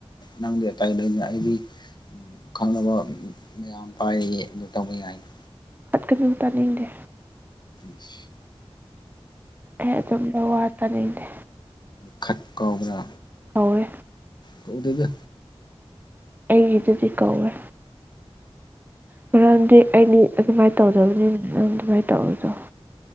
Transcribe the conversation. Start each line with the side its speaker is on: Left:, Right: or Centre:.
Left: ꯅꯪꯗꯤ ꯑꯇꯩ ꯂꯩꯗꯅ ꯑꯩꯗꯤ ꯈꯪꯅꯕ ꯃꯌꯥꯝ ꯄꯥꯏꯑꯦ ꯑꯗꯨ ꯇꯧꯕ ꯌꯥꯏꯅ
Right: ꯈꯠꯀꯅꯨ ꯇꯥꯅꯤꯡꯗꯦ
Left: ꯏꯁ
Right: ꯑꯩ ꯑꯗꯨꯒꯨꯝꯕ ꯋꯥ ꯇꯥꯅꯤꯡꯗꯦ
Left: ꯈꯠꯄ ꯍꯧꯒꯦꯔ
Right: ꯀꯧꯋꯦ
Left: ꯀꯧꯗꯧꯒꯦ
Right: ꯑꯩ ꯑꯗꯨꯗꯤ ꯀꯧꯋꯦ ꯃꯔꯝꯗꯤ ꯑꯩꯗꯤ ꯑꯗꯨꯃꯥꯏꯅ ꯇꯧꯗꯕꯅꯤꯅ ꯁꯨꯃꯥꯏ ꯇꯧꯕꯗꯣ